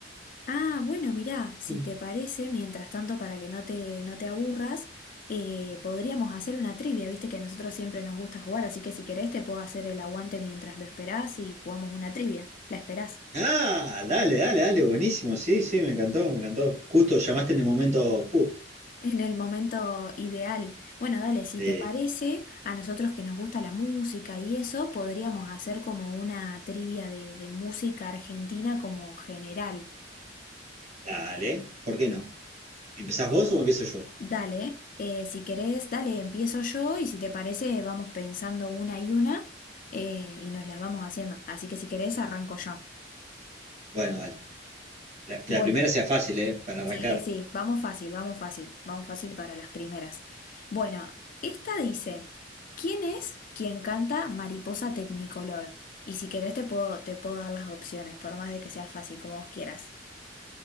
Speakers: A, on the left; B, on the right.
A: Ah, bueno, mirá, si
B: Mm.
A: te parece, mientras tanto, para que no te, no te aburras, eh, podríamos hacer una trivia, viste que a nosotros siempre nos gusta jugar, así que si querés te puedo hacer el aguante mientras lo esperás y jugamos una trivia, la esperás,
B: Ah, dale, dale, dale, buenísimo, sí, sí, me encantó, me encantó. Justo, llamaste en el momento justo.
A: <laughs> en el momento ideal. Bueno, dale, si
B: Eh,
A: te parece, a nosotros que nos gusta la música y eso, podríamos hacer como una trivia de, de música argentina como general.
B: dale, ¿por qué no? ¿Empezás vos o empiezo yo?
A: Dale, eh, si querés, dale, empiezo yo y si te parece, vamos pensando una y una eh, y nos las vamos haciendo. Así que si querés, arranco yo.
B: Bueno, dale. La, que
A: Bueno,
B: la primera sea fácil, ¿eh? Para arrancar.
A: sí, sí, vamos fácil, vamos fácil, vamos fácil para las primeras. Bueno, esta dice, ¿quién es quien canta Mariposa Tecnicolor? Y si querés, te puedo, te puedo dar las opciones, por más de que sea fácil, como vos quieras.